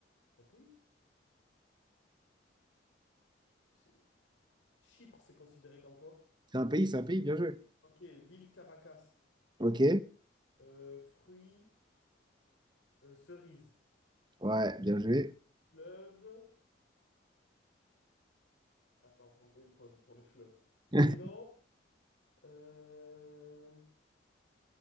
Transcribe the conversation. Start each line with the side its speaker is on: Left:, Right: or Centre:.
Left: C'est un pays? C'est- Chypre, c'est considéré comme quoi?
Right: C'est un pays, c'est un pays, bien joué.
Left: Ok, ville Caracas.
Right: Ok,
Left: Euh, fruits, euh, cerises.
Right: ouais, bien joué.
Left: Fleuve. Attends, on fait une pause pour le fleuve.
Right: <laughs>
Left: Prénom. euh,